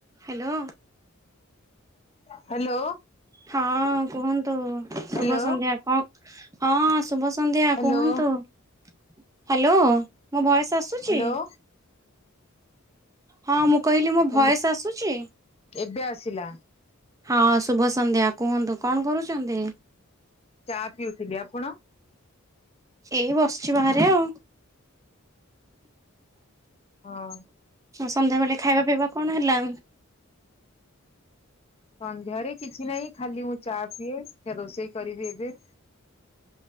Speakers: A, on the right (about 15°); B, on the left (about 30°).
A: Hello.
B: Hello.
A: ହଁ କୁହନ୍ତୁ ଶୁଭ
B: hello
A: ସନ୍ଧ୍ୟା କଣ ହଁ ଶୁଭ। ସନ୍ଧ୍ୟା
B: ହ୍ୟାଲୋ
A: କୁହନ୍ତୁ ହ୍ୟାଲୋ ମୋ ଭଏସ ଆସୁଛି?
B: ହ୍ୟାଲୋ
A: ହଁ, ମୁଁ କହିଲି
B: ହ୍ୟାଲୋ
A: ମୋ ଭୟସ ଆସୁଛି?
B: ଏବେ ଆସିଲା।
A: ହଁ, ଶୁଭ ସନ୍ଧ୍ୟା କୁହନ୍ତୁ କଣ କରୁଛନ୍ତି?
B: ଚା, ପିଉଥିଲି ଆପଣ?
A: ଏଇ ବସିଛି ବାହାରେ ଆଉ।
B: ହଁ।
A: ସନ୍ଧ୍ୟାବେଳେ ଖାଇବା ପିଇବା କଣ ହେଲା?
B: ସନ୍ଧ୍ୟାରେ କିଛି ନାହିଁ ଖାଲି ମୁଁ ଚା ପିଏ ରୋଷେଇ କରିବି ଏବେ।